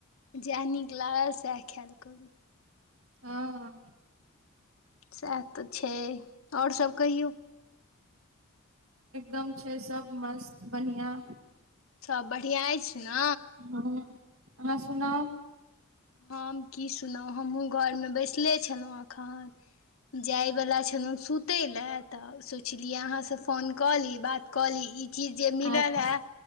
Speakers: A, on the left; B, on the right.
A: जएह नीक लागल सएह खायल करू
B: ह
A: सएह तऽ छै आओर सभ कहियौ
B: एकदम छै सब मस्त बढ़िआँ
A: सभ बढ़िआँ अछि ने
B: हँ अहाँ सुना
A: हम की सुनहु हमहूँ घरमे बैसले छलहुँ एखन जाइत छलहुँ सुतै ल तऽ सोचलियै अहाँसँ फोन कऽ ली बात कऽ चीज जे मिलल
B: आज
A: है